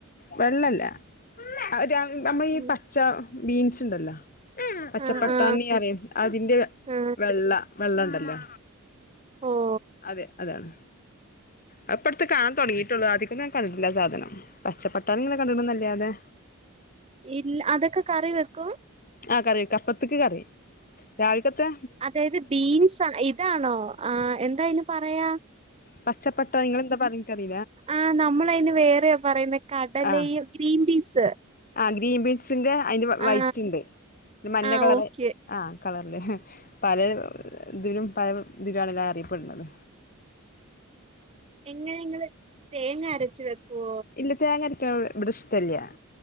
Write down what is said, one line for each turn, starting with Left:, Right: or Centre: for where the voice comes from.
Left: വെള്ളല്ല, ഒ രം നമ്മളീ
Right: ഉം
Left: പച്ച, ബീൻസുണ്ടല്ലോ. പച്ചപ്പട്ടാണി
Right: ആ ആ
Left: അറിം അതിന്റെ
Right: ആ
Left: വെള്ള വെള്ളണ്ടല്ലോ.
Right: ഓ
Left: അതെ അതാണ്. അതിപ്പട്ത്ത് കാണാൻ തൊട്ങ്ങീട്ടുള്ളൂ, അധികം ഞാൻ കണ്ടിട്ടില്ല ആ സാധനം. പച്ചപ്പട്ടാണിയിങ്ങനെ കണ്ടിണ്ന്നല്ലാതെ.
Right: ഇൽ അതൊക്കെക റി വെക്കും?
Left: ആഹ് കറി വെക്കാ അപ്പത്ത്ക്ക് കറി. രാവിൽക്കത്തെ
Right: അതായത് ബീൻസ് ആ ഇതാണോ ആഹ് എന്തായിനു പറയാ
Left: പച്ചപ്പട്ടാണി ഇങ്ങെളന്താ പറയാ ഇൻക്കറീ
Right: ആഹ് നമ്മളയ്ന് വേറെയാ പറയുന്നെ കടലയും
Left: ആഹ്
Right: ഗ്രീൻ പീസ്
Left: ആഹ് ഗ്രീൻ ബീൻസിന്റെ അയിന്റെ വൈറ്റ്
Right: ആ
Left: ണ്ട്. മഞ്ഞ
Right: ആ
Left: കളർ
Right: ഓക്കെ
Left: ആഹ് കളർല്. പല ഇതിലും പല ഇതിലാണല്ലോ അറിയപ്പെട്ണത്.
Right: എങ്ങനെ നിങ്ങള് തേങ്ങ അരച്ച് വെക്കൊ?
Left: ഇല്ല. തേങ്ങര്ക്ണ ബടെ ഇഷ്ടല്ല.